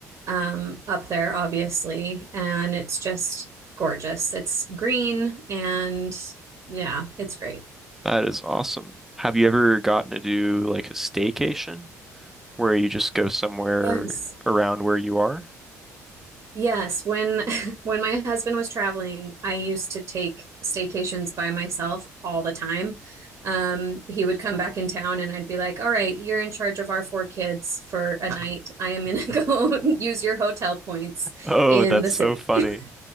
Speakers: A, on the right; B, in the centre.
A: um, up there, obviously, and it's just gorgeous. It's green and yeah, it's great.
B: that is awesome. Have you ever gotten to do like a staycation where you just go somewhere
A: Yes.
B: around where you are?
A: Yes, when <laughs> when my husband was traveling, I used to take staycations by myself all the time. Um, he would come back in town and I'd be like, "All right, you're in charge of our four kids for a night. I am gonna <laughs> go <laughs> use your hotel points
B: Oh,
A: in
B: that's
A: the city."
B: so funny.
A: <laughs>